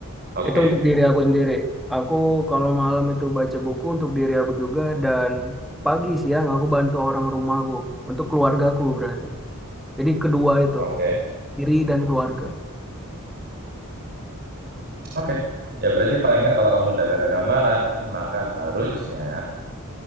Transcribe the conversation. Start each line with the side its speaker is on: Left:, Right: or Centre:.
Right: Oke,
Centre: Itu untuk diri aku sendiri. Aku kalau malam itu baca buku untuk diri aku juga dan pagi siang aku bantu orang rumahku untuk keluargaku berarti. Jadi kedua itu,
Right: Oke,
Centre: diri dan keluarga.
Right: oke. Ya berarti paling nggak kalau kamu udah ada gambaran, maka harusnya